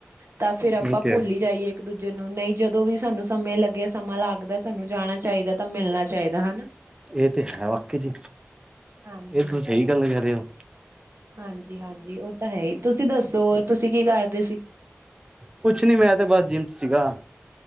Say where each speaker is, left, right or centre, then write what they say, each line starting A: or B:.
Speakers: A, on the right; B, on the right.
A: ਤਾਂ ਫਿਰ ਆਪਾਂ
B: ਇਹ ਤੇ
A: ਭੁੱਲ
B: ਹੈ
A: ਈ ਜਾਈਏ ਇੱਕ ਦੂਜੇ ਨੂੰ, ਨਈ ਜਦੋਂ ਵੀ ਸਾਨੂੰ ਸਮੇਂ ਲੱਗੇ, ਸਮਾਂ ਲੱਗਦਾ ਸਾਨੂੰ ਜਾਣਾ ਚਾਈਦਾ ਤਾਂ ਮਿਲਨਾ ਚਾਈਦਾ ਹਨਾ।
B: ਏ ਤੇ ਹੈ ਵਾਕੇ 'ਚ
A: ਹਾਂਜੀ।
B: ਏ ਤਾਂ ਸਈ ਗੱਲ ਕੈ ਰੇ ਓ।
A: ਹਾਂਜੀ-ਹਾਂਜੀ ਓ ਤਾਂ ਹੈ ਈ, ਤੁਸੀਂ ਦੱਸੋ ਤੁਸੀਂ ਕੀ ਕਰਦੇ ਸੀ?
B: ਕੁਛ ਨੀ ਮੈਂ ਤੇ ਬਸ ਜਿੰਮ 'ਚ ਸੀਗਾ।